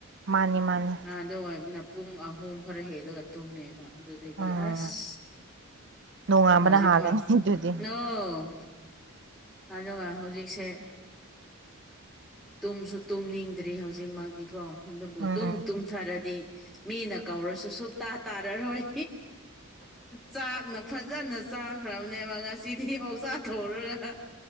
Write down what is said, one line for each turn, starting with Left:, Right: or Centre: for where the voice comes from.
Right: ꯃꯥꯅꯤ ꯃꯥꯅꯤ
Centre: ꯑꯗꯨ ꯑꯣꯏꯕꯅ ꯄꯨꯡ ꯑꯍꯨꯝ ꯈꯔ ꯍꯦꯜꯂꯒ ꯇꯨꯝꯃꯦꯕ ꯑꯗꯨꯗꯗꯤ
Right: ꯎꯝ
Centre: ꯑꯁ
Right: ꯅꯣꯡꯉꯥꯟꯕꯅ
Centre: ꯍꯧꯖꯤꯛ
Right: ꯍꯥꯜꯂꯅꯤ
Centre: ꯐꯥꯎ
Right: ꯑꯗꯨꯗꯤ
Centre: ꯅꯣꯡ ꯑꯗꯨꯒ ꯍꯧꯖꯤꯛꯁꯦ ꯇꯨꯝꯁꯨ ꯇꯨꯝꯅꯤꯡꯗ꯭ꯔꯤ ꯍꯧꯖꯤꯛꯃꯛꯇꯤ ꯀꯣ ꯑꯗꯨꯕꯨ
Right: ꯎꯝ
Centre: ꯑꯗꯨꯝ ꯇꯨꯝꯊꯔꯗꯤ ꯃꯤꯅ ꯀꯧꯔꯁꯨ ꯁꯨꯨꯞꯇꯥ ꯇꯥꯔꯔꯣꯏ ꯆꯥꯛꯅ ꯐꯖꯅ ꯆꯥꯈ꯭ꯔꯕꯅꯦꯕ ꯉꯁꯤꯗꯤ ꯑꯣꯛꯁ ꯊꯣꯡꯉꯒ